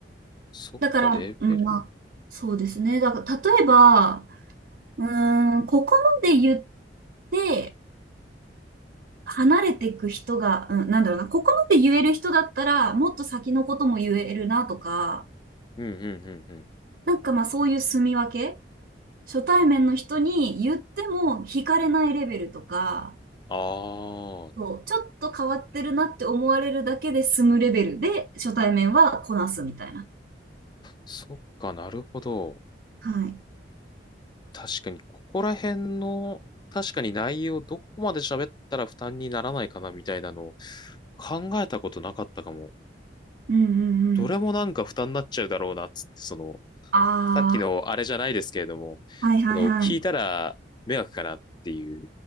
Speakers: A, on the left; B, on the right.
A: そっか、
B: だから、
A: レベル。
B: うん、まあ、そうですね。だから、例えば、うーん、ここまで言って、離れていく人が、うん、なんだろうな、ここまで言える人だったら、もっと先のことも言えるなとか、
A: うんうんうんうん。
B: なんかまあそういう住み分け、初対面の人に言っても惹かれないレベルとか、
A: ああ、
B: そう、ちょっと変わってるなって思われるだけで済むレベルで初対面はこなすみたいな。
A: そっか、なるほど。
B: はい。
A: 確かに、ここら辺の、確かに内容、どこまで喋ったら負担にならないかなみたいなのを考えたことなかったかも。
B: うんうんうん。
A: どれもなんか負担になっちゃうだろうなつって、その、
B: あ
A: さっきのあれじゃないですけれども、
B: あ、はいはいはい。
A: この聞いたら迷惑かなっていう、